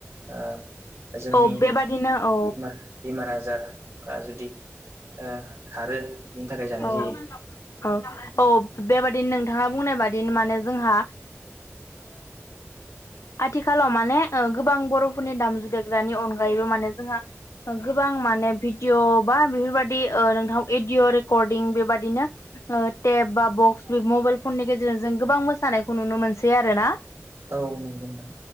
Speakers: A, on the right; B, on the left.
A: ओ जोंनि
B: औ बेबादिनो औ
A: बेमार बेमार आजार बा जुदि ओ खारो बिनि थाखाय जानाय
B: औ
A: जायो
B: आ औ बेबादिनो नोंथाङा बुंनाय बादि माने जोंहा आथिखालाव माने गोबां बर'फोरनि दामजु देग्रानि अनगायैबो माने जोंहा गोबां माने भिडिअ बा बेफोरबादि ओ नोंथां रेडिअ' रेर्खदिं बेबादिनो टेब बा बक्स मबाइल फननि गेजेरजों जों गोबां मोसानायखौ नुनो मोनो। सै आरोना
A: औ नंगौ नोंथां